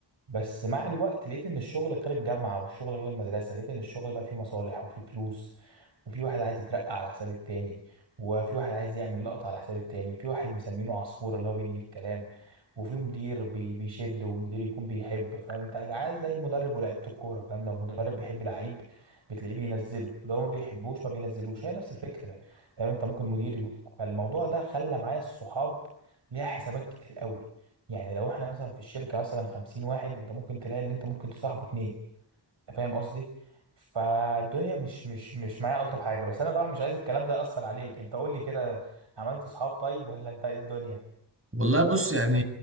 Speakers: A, on the right; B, on the right.
A: بس مع الوقت لقيت ان الشغل غير الجامعه والشغل غير المدرسه لقيت ان الشغل بقى فيه مصالح وفيه فلوس وفي واحد عايز يترقى على حساب التاني وفي واحد عايز يعمل لقطة على حساب التاني وفي واحد مسمينه عصفورة اللي هو بينقل الكلام وفي مدير بي- بيشد ومدير يكون بيحب فاهم انت عايز زي مدرب ولاعيبة الكورة فاهم لو مدرب بيحب لعيب بتلاقيه بينزله لو ما بيحبوش ما بينزلوش هي نفس الفكرة فاهم انت ممكن مدير يقول فالموضوع ده خلى معايا الصحاب ليها حسابات كتير قوي يعني لو احنا مثلا في الشركة مثلا 50 واحد انت ممكن تلاقي اللي انت ممكن تصاحبه اتنين انت فاهم قصدي فالدنيا مش مش مش معايا ألطف حاجة بس انا طبعا مش عايز الكلام ده يأثر عليك انت قول لي كده عملت صحاب طيب ولا انت ايه الدنيا
B: والله بص يعني